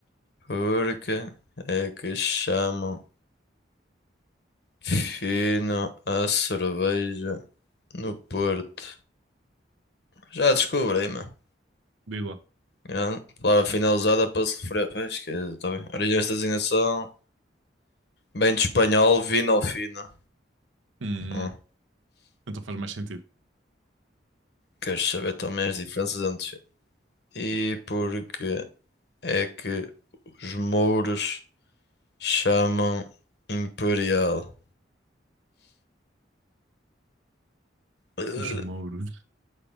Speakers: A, on the left; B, on the right.
A: Porque é que chamam fino a cerveja no Porto? Já descobri, mano.
B: Diz lá.
A: Grande palavra finalizada para se referir. Pois que, tá bem. Origens da designação, bem de espanhol, vinho fino.
B: Hum,
A: Hum.
B: então faz mais sentido.
A: Queres saber também as diferenças entre e porque é que os mouros chamam Imperial? Eh,
B: Os mouros.